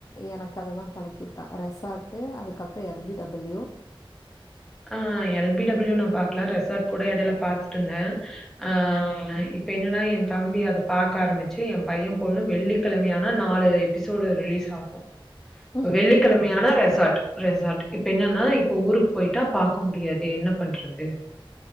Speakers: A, on the left; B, in the centre.
A: எனக்கு அதுதா பழக்கி வுட்டா ரெசார்ட்டுஅதுக்கப்புறம் எல் பி டபிள்யூ
B: ஆஹ் எல் பி டபள்யூ நா பாக்கலா ரெசார்ட் கூட எடையில பாத்து இருந்தேன் ஆஹ் என்னன்னா என் தம்பி அத பாகக்க ஆரம்பிச்சு எ பையன் பொண்ணு வெள்ளிக்கிழமையானா நாலு எபிசோடு ரிலீஸ் ஆகு
A: ம்.
B: வெள்ளிக்கிழமையான ரெசார்ட் ரெசார்ட் இப்ப என்னன்னா இப்ப ஊருக்கு போயிட் விட்ட பாக்க முடியாது என்ன பண்றது